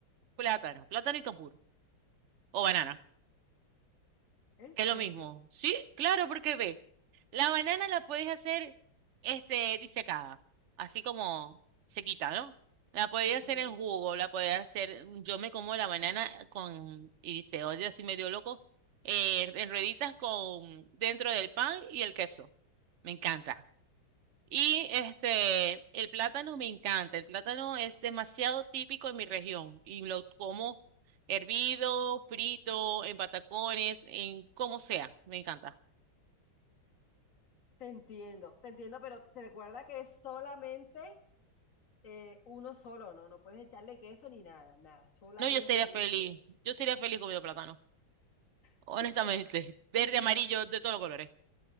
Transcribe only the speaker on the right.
plátano, plátano y cambur o banana.
Que
es lo mismo. Sí, claro, porque ve, la banana la podéis hacer este, disecada, así como sequita, ¿no? La podéis
hacer en jugo, la podéis hacer, yo me como la banana con, y dice, oye, así medio loco, eh, en rueditas con, dentro del pan y el queso. Me encanta. Y este, el plátano me encanta. El plátano es demasiado típico en mi región y lo como hervido, frito, en patacones, en como sea. Me encanta.
No, yo sería
feliz.
Yo sería feliz comiendo plátano. Honestamente.
Verde, amarillo, de todos los colores.